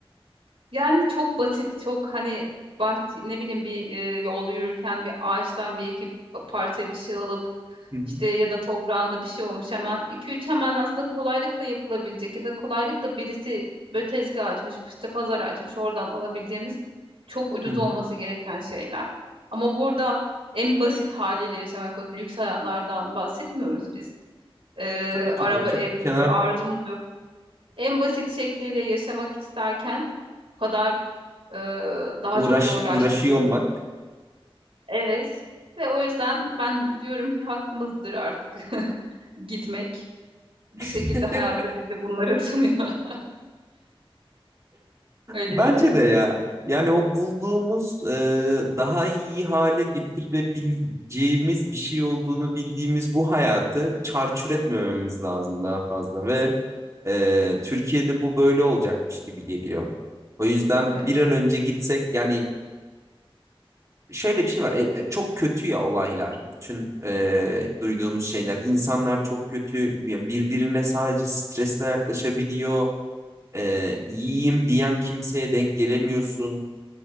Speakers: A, on the right; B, on the right.
A: Yani çok basit, çok hani bah ne bileyim bir e, yolda yürürken bir ağaçtan bir iki pa- parça bir şey alıp
B: Hı hı.
A: işte ya da toprağında bir şey olmuş hemen iki üç hemen aslında kolaylıkla yapılabilecek ya da kolaylıkla birisi böyle tezgah açmış, işte pazar açmış oradan alabileceğimiz çok ucuz
B: Hı hı.
A: olması gereken şeyler. Ama burada en basit haliyle yaşamak, bak lüks hayatlardan bahsetmiyoruz biz. Ee,
B: Tabii ki
A: araba,
B: de çok
A: ev
B: kenarda.
A: gibi bir arzumuz yok. En basit şekliyle yaşamak isterken kadar e, daha
B: uğraş
A: çok zorlaşması.
B: uğraşıyor olmak.
A: Evet. Ve o yüzden ben diyorum ki hakkımızdır artık <laughs> gitmek. Bir şekilde
B: <laughs>
A: hayatta bize bunları sunuyor. <laughs> Öyle
B: Bence
A: geliyor.
B: de ya. Yani o bulduğumuz e, daha iyi hale getirebileceğimiz bir şey olduğunu bildiğimiz bu hayatı çarçur etmememiz lazım daha fazla ve e, Türkiye'de bu böyle olacakmış gibi geliyor. O yüzden
A: Evet.
B: bir an önce gitsek yani şöyle bir şey var e, e, çok kötü ya olaylar bütün e, duyduğumuz şeyler insanlar çok kötü Ya birbirine sadece stresle yaklaşabiliyor e, iyiyim diyen kimseye denk gelemiyorsun.